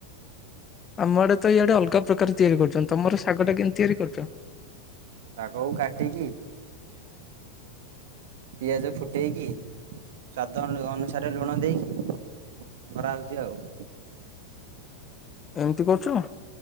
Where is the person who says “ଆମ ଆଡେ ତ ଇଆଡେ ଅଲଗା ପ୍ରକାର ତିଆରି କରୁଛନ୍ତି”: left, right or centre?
Left